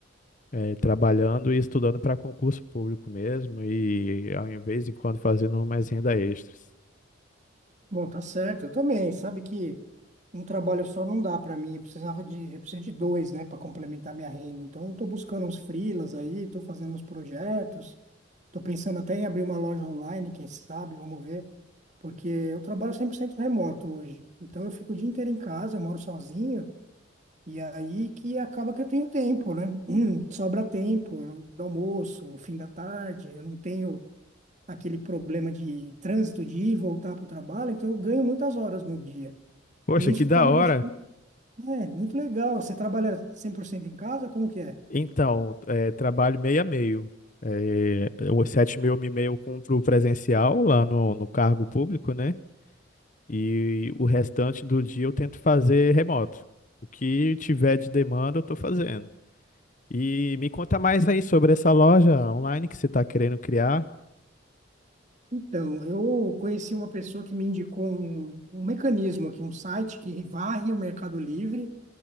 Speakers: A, on the left; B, on the right.
A: eh, trabalhando e estudando para concurso público mesmo e ao invés de quando fazendo mais renda extras.
B: Bom, tá certo, eu também. Sabe que um trabalho só não dá para mim, eu precisava de, eu preciso de dois, né, para complementar minha renda. Então, eu tô buscando uns freelas aí, tô fazendo uns projetos, tô pensando até em abrir uma loja online, quem sabe, vamos ver, porque eu trabalho 100% remoto hoje. Então, eu fico o dia inteiro em casa, eu moro sozinho, e aí que acaba que eu tenho tempo, né? <clears throat> Hum, Sobra tempo, né, do almoço, o fim da tarde, eu não tenho aquele problema de trânsito de ir e voltar para o trabalho, então eu ganho muitas horas no dia.
A: Poxa,
B: E isso
A: que da
B: está me
A: hora!
B: deixando, é, muito legal. Você trabalha 100% em casa? Como que é?
A: Então, é, trabalho meio a meio. É, os 7 mil eu me meio cumpro presencial lá no, no cargo público, né? E o restante do dia eu tento fazer remoto. O que tiver de demanda eu tô fazendo. E me conta mais aí sobre essa loja online que você tá querendo criar.
B: Então, eu conheci uma pessoa que me indicou um, um mecanismo aqui, um site que varre o Mercado Livre